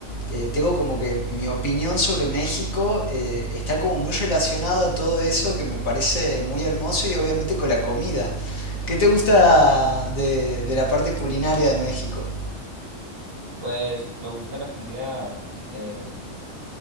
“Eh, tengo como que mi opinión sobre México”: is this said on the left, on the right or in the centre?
Left